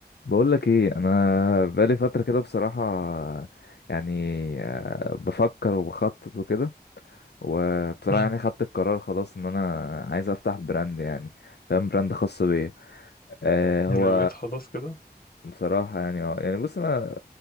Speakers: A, on the left; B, on the left.
A: بقول لك ايه انا بقالي فتره كده بصراحه يعني آه، بفكر وبخطط وكده وبصراحه
B: مم.
A: يعني خدت القرار خلاص ان انا عايز افتح براند يعني فاهم براند خاص بيا آه هو
B: نويت خلاص كده
A: بصراحة يعني اه يعني بص أنا